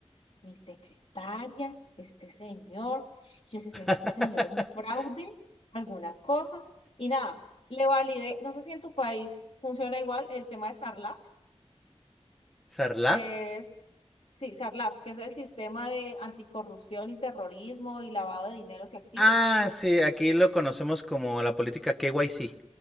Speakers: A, on the left; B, in the centre.
A: Mi secretaria, este señor, yo sé sé
B: <laughs>
A: que este señor es un fraude, alguna cosa, y nada, le validé, no sé si en tu país funciona igual el tema de Sarlaf,
B: ¿Sarlaf?
A: que es, sí, Sarlaf, que es el sistema de anticorrupción y terrorismo y lavado de dineros y activos.
B: Ah, sí, aquí lo conocemos como la política KYC.